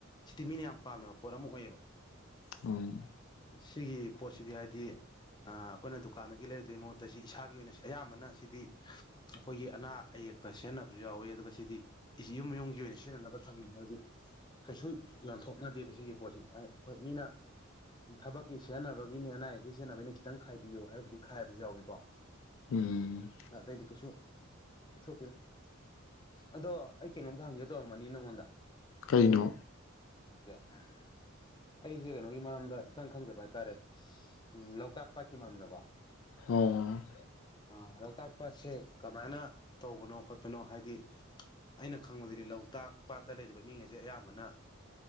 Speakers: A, on the left (about 20°); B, on the left (about 70°).
A: ꯁꯤꯗꯤ ꯃꯤꯅ ꯌꯥꯝ ꯄꯥꯝꯅꯕ ꯄꯣꯠ ꯑꯃ ꯑꯣꯏꯌꯦꯕ
B: ꯎꯝ
A: ꯁꯤꯒꯤ ꯄꯣꯠꯁꯤꯗꯤ ꯍꯥꯏꯗꯤ ꯑꯩꯈꯣꯏꯅ ꯗꯨꯀꯥꯟꯗꯒꯤ ꯂꯩꯔꯨꯗꯩ ꯃꯍꯨꯠꯇ ꯁꯤ ꯏꯁꯥꯒꯤ ꯑꯣꯏꯅ ꯑꯌꯥꯝꯕꯅ ꯁꯤꯗꯤ ꯑꯩꯈꯣꯏꯒꯤ ꯑꯅꯥ ꯑꯌꯦꯛꯇ ꯁꯤꯖꯤꯟꯅꯕꯁꯨ ꯌꯥꯎꯋꯦ ꯑꯗꯨꯒ ꯁꯤꯗꯤ ꯌꯨꯝ ꯌꯨꯝꯒꯤ ꯑꯣꯏꯅ ꯁꯤꯖꯤꯟꯅꯅꯕ ꯊꯝꯃꯤꯕꯗꯤ ꯀꯩꯁꯨ ꯌꯣꯟꯊꯣꯛꯅꯗꯦꯕ ꯁꯤꯒꯤ ꯄꯣꯠꯁꯤꯗꯤ ꯍꯣꯏ ꯃꯤꯅ ꯊꯕꯛꯀꯤ ꯁꯖꯤꯟꯅꯕꯒꯤꯅꯤ ꯑꯅꯥ ꯑꯌꯦꯛꯀꯤ ꯁꯦꯟꯅꯕꯒꯤꯅꯦ ꯈꯤꯇꯪ ꯈꯥꯏꯕꯤꯌꯣ ꯍꯥꯏꯔꯕꯨꯗꯤ ꯈꯥꯏꯕꯁꯨ ꯌꯥꯎꯏꯀꯣ
B: ꯎꯝ
A: ꯑꯇꯩꯗꯤ ꯀꯩꯁꯨ ꯄꯤꯊꯣꯛꯇꯦꯗ ꯑꯗꯣ ꯑꯩ ꯀꯩꯅꯣꯝꯇ ꯍꯪꯒꯦ ꯇꯧꯔꯝꯕꯅꯤ ꯅꯪꯉꯣꯟꯗ
B: ꯀꯩꯅꯣ
A: ꯎꯝ ꯑꯩꯁꯦ ꯀꯩꯅꯣꯒꯤ ꯃꯔꯝꯗ ꯏꯇꯪ ꯈꯪꯗꯕ ꯍꯥꯏꯇꯥꯔꯦ ꯎꯝ ꯂꯣꯛꯇꯥꯛ ꯄꯥꯠꯀꯤ ꯃꯔꯝꯗꯀꯣ
B: ꯑꯣ
A: ꯑ ꯂꯣꯛꯇꯥꯛ ꯄꯥꯠꯁꯦ ꯀꯃꯥꯏꯅ ꯇꯧꯕꯅꯣ ꯈꯣꯠꯄꯅꯣ ꯍꯥꯏꯗꯤ ꯑꯩꯅ ꯈꯪꯕꯗꯗꯤ ꯂꯣꯛꯇꯥꯛ ꯄꯥꯠꯇ ꯂꯩꯔꯤꯕ ꯃꯤꯉꯩꯁꯦ ꯑꯌꯥꯝꯕꯅ